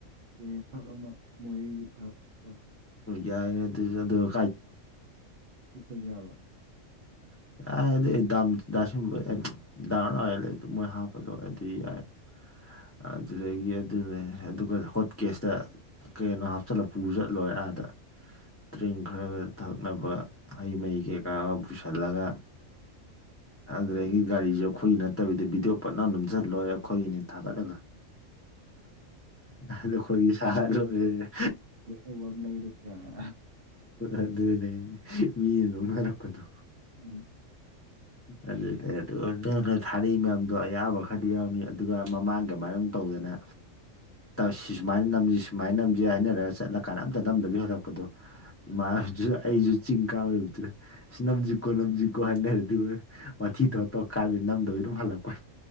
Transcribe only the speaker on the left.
ꯌꯥꯏꯅꯦ ꯑꯗꯨꯁꯨ ꯑꯗꯣ
<unintelligible>
ꯑꯗꯨꯗꯒꯤ ꯑꯗꯨꯅꯦ ꯑꯗꯨꯒ ꯍꯣꯠ ꯀꯦꯁꯇ ꯀꯩꯅꯣ ꯍꯥꯞ ꯆꯠꯂ ꯄꯨ ꯆꯠꯂ ꯂꯣꯏꯔꯦ ꯑꯥꯗ ꯗꯔ꯭ꯤꯡ ꯈꯔꯒ ꯊꯛꯅꯕ ꯍꯩ ꯃꯩ ꯀꯩ ꯀꯥꯒ ꯄꯨꯁꯤꯜꯂꯒ ꯑꯗꯨꯗꯒꯤ ꯒꯥꯔꯤꯁꯦ ꯑꯩꯈꯣꯏꯒꯤ ꯅꯠꯇꯕꯤꯗ ꯚꯤꯗꯤꯑꯣ ꯄꯠꯅꯝ ꯅꯝꯁꯤꯜꯂ ꯂꯣꯏꯔꯦ ꯑꯩꯈꯣꯏꯒꯤꯅꯤ ꯊꯥꯒꯠꯂꯒ ꯑꯗ ꯈꯣꯏꯒꯤ ꯁꯥꯔ ꯂꯣꯏꯔꯦ
ꯑꯗꯨꯅꯦ ꯃꯤꯅ ꯅꯣꯛꯅꯔꯛꯄꯗꯣ
ꯑꯗꯨꯗ ꯑꯗꯨ ꯅꯪꯅ ꯊꯥꯔꯛꯏ ꯃꯌꯥꯝꯗꯣ ꯑꯌꯥꯝꯕ ꯈꯔꯗꯤ ꯌꯥꯎꯅꯤ ꯑꯗꯨꯒ ꯃꯃꯥꯡꯒꯤ ꯑꯃꯥꯏꯅ ꯇꯧꯗꯅ ꯁꯤ ꯁꯨꯃꯥꯏꯅ ꯅꯝꯁꯤ ꯁꯨꯃꯥꯏꯅ ꯅꯝꯁꯤ ꯍꯥꯏꯅꯔꯒ ꯆꯠꯂꯀꯥꯟꯗ ꯑꯝꯇ ꯅꯝꯗꯕꯤ ꯍꯦꯜꯂꯛꯄꯗꯣ
ꯏꯃꯥꯁꯨ ꯑꯩꯁꯨ ꯆꯤꯡ ꯀꯥꯕ ꯂꯩ ꯎꯗ꯭ꯔꯦ ꯁꯤ ꯅꯝꯖꯤꯀꯣ ꯅꯝꯖꯤꯀꯣ ꯀꯣ ꯍꯥꯏꯅꯔꯗꯤꯕꯨ ꯃꯊꯤ ꯊꯣꯛꯣꯑꯇꯣ ꯀꯥꯏꯕ ꯅꯝꯗꯕꯩ ꯑꯗꯨꯝ ꯍꯜꯂꯛꯄ